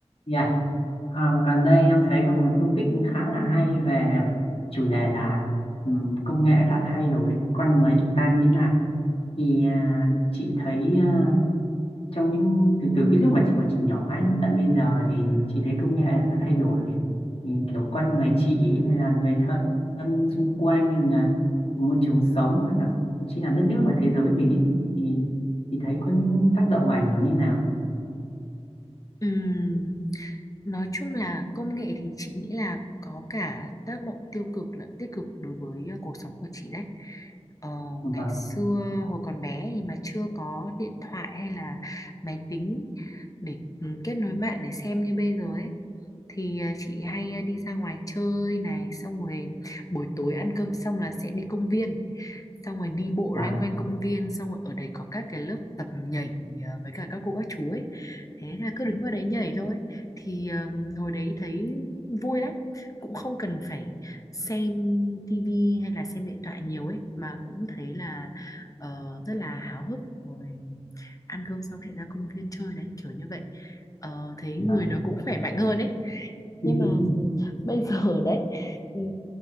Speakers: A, on the left; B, on the left.
A: Dạ, ờ, gần đây em thấy có một topic khá là hay về chủ đề là ừ, công nghệ đã thay đổi con người chúng ta như thế nào. Thì à, chị thấy à, trong những từ từ cái lúc mà chị còn chị nhỏ ấy, tận bây giờ thì chị thấy công nghệ đã thay đổi Ừ, kiểu con người chị hay là người thân xung quanh hay là môi trường sống hay là thậm chí là đất nước và thế giới mình ấy thì thì thấy có những tác động và ảnh hưởng như nào.
B: Ừm, nói chung là công nghệ thì chị nghĩ là có cả tác động tiêu cực lẫn tích cực đối với ờ, cuộc sống của chị đấy. Ờ,
A: Vâng,
B: ngày xưa hồi còn bé thì mà chưa có điện thoại hay là máy tính để ừ, kết nối mạng để xem như bây giờ ấy thì à, chị hay à, đi ra ngoài chơi này xong rồi buổi tối ăn cơm xong là sẽ đi công viên xong rồi đi bộ
A: và
B: loanh quanh công viên xong rồi ở đấy có các cái lớp tập nhảy à, với cả các cô các chú ấy thế là cứ đứng vào đấy nhảy thôi thì à, hồi đấy thấy vui lắm cũng không cần phải xem tivi hay là xem điện thoại nhiều ấy mà cũng thấy là ờ, rất là háo hức rồi ăn cơm xong sẽ ra công viên chơi đấy kiểu như vậy Ờ, thấy
A: và
B: người nó cũng khỏe mạnh hơn ấy
A: <laughs>
B: nhưng mà ừm, bây giờ <laughs> đấy ừm,